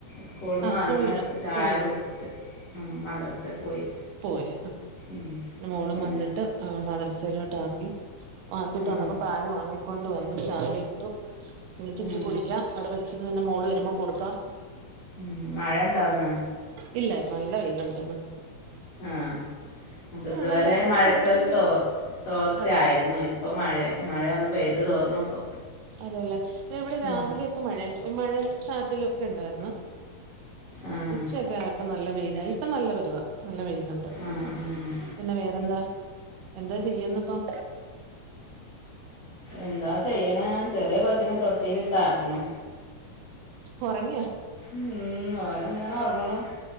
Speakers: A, on the left; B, on the right.
A: സ്കൂളിന്ന്
B: ആഹ്
A: വന്ന്
B: സ്കൂളില്
A: ചായ
B: സ്കൂളില്
A: കുടിച്ച് ഉം മദ്രസേ പോയി
B: പോയി
A: ഉം
B: മോളും
A: പിന്നെ
B: വന്നിട്ട് ആഹ് മദ്രസയിലോട്ട് ആക്കി ആക്കിട്ട്
A: ആഹ്
B: വന്നപ്പൊ പാല് വാങ്ങിക്കൊണ്ട് വന്ന് ചായ ഇട്ടു എനിക്ക്
A: ഉം
B: ഇച്ചിരി കുടിക്കാം അവിടെ വെച്ചിരുന്ന് പിന്നെ മോള് വരുമ്പോം കൊടുക്കാം
A: ഉം മഴ എണ്ടോ ഇന്ന്
B: ഇല്ല നല്ല വെയിലിണ്ടിന്ന്
A: ആഹ് ഇപ്പൊ ഇതുവരെ
B: നല്ല
A: മഴക്കൊരു
B: ചെറിയൊരു
A: തോ തോർച്ചായിരുന്നു
B: അതെ
A: ഇപ്പൊ മഴയാ മഴ ഒന്ന് പെയ്ത് തോർന്ന്‌ ഇപ്പൊ
B: അതേല്ലേ പിന്നെ ഇവിടെ രാവിലേ
A: ഉം
B: ക്കെമഴയാ മഴേം ചാറ്റലൊക്കെ ഇണ്ടായിരുന്നു
A: ആഹ്
B: ഉച്ചയൊക്കെ ആയ ഇപ്പം നല്ല വെയിലായി ഇപ്പൊ നല്ല പരുവാ നല്ല വെയിലുണ്ട്
A: ആഹ് ആഹ്
B: പിന്നെ വേറെന്താ എന്താ ചെയ്യുന്ന ഇപ്പം
A: എന്താ ചെയ്യണ് ചെറിയ കൊച്ചിനെ തൊട്ടിൽ ഇട്ട് ആട്ടുണു
B: ഒറങ്ങിയോ
A: ഉം ഓന് അങ്ങനെ ഒറങ്ങണു